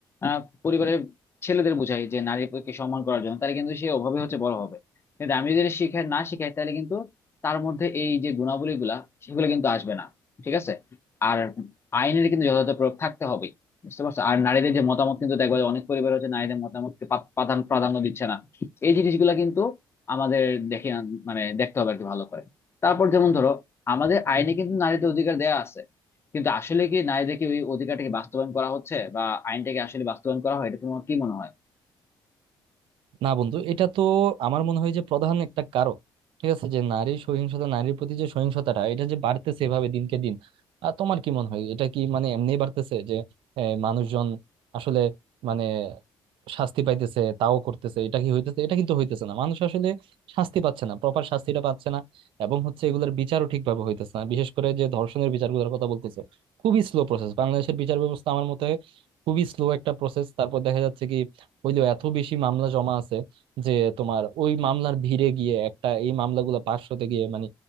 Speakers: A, on the left; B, on the right.
A: আহ, পরিবারের ছেলেদের বোঝাই যে নারী প্রতি সম্মান করার জন্য তাহলে কিন্তু সে ওভাবে হচ্ছে বড় হবে কিন্তু আমি যদি শিখাই না শিখাই তাহলে কিন্তু তার মধ্যে এই যে গুণাবলী গুলা সেগুলো কিন্তু আসবে না ঠিক আছে আর আইনের কিন্তু যথাযথ প্রয়োগ থাকতে হবে বুঝতে পারছো আর নারীদের যে মতামত কিন্তু দেখবা যে অনেক পরিবার হচ্ছে নারীদের মতামতকে পা- প্রাধান্য প্রাধান্য দিচ্ছে না এই জিনিসগুলা কিন্তু আমাদের দেখে আন- মানে দেখতে হবে আর কি ভালো করে তারপর যেমন ধরো আমাদের আইনে কিন্তু নারীদের অধিকার দেয়া আছে কিন্তু আসলে কি নারীদের কি ওই অধিকারটাকে বাস্তবায়ন করা হচ্ছে বা আইনটাকে আসলে বাস্তবায়ন করা হয় এটা তোমার কি মনে হয়
B: না বন্ধু এটা তো আমার মনে হয় যে প্রধান একটা কারণ ঠিক আছে যে নারী সহিংসতা নারীর প্রতি যে সহিংসতাটা এটা যে বাড়তেছে এভাবে দিনকে দিন আর তোমার কি মনে হয় এটা কি মানে এমনি বাড়তেছে যে আহ, মানুষজন আসলে মানে শাস্তি পাইতেছে তাও করতেছে এটা কি হইতেছে এটা কিন্তু হইতেছে না মানুষ আসলে শাস্তি পাচ্ছে না প্রপার শাস্তিটা পাচ্ছে না এবং হচ্ছে এগুলোর বিচারও ঠিকভাবে হইতেছে না বিশেষ করে যে ধর্ষণের বিচারগুলোর কথা বলতেছে খুবই স্লো প্রসেস বাংলাদেশের বিচার ব্যবস্থা আমার মতে হয় খুবই স্লো একটা প্রসেস তারপর দেখা যাচ্ছে কি হইলেও এত বেশি মামলা জমা আছে যে তোমার ওই মামলার ভিড়ে গিয়ে একটা এই মামলাগুলো পাশ হতে গিয়ে মানে